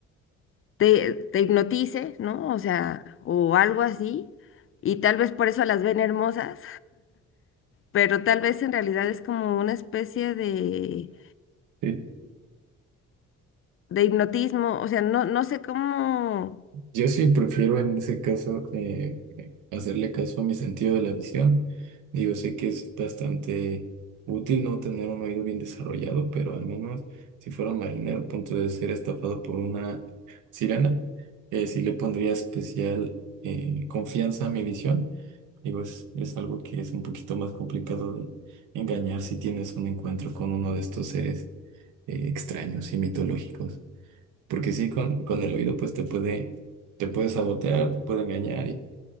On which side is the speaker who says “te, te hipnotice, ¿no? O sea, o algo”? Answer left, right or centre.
Left